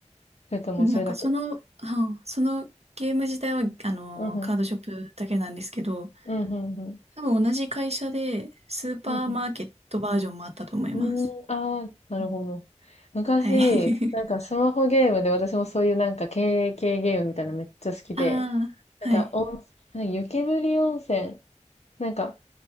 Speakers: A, on the left; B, on the right.
A: それともそれだけ。
B: うんなんかその、はそのゲーム自体は、あの、
A: うん、うん。
B: カードショップだけなんですけど、
A: うん、うん、うん。
B: 多分同じ会社で、スーパーマーケットバージョンもあったと思います。
A: うんうんうーん、ああ、なるほど。
B: うん
A: 昔、
B: はい。<laughs>
A: なんかスマホゲームで私もそういうなんか経営系ゲームみたいなのめっちゃ好きで、
B: ああ、
A: なんか温、
B: はい。
A: なんか湯煙温泉、なんか、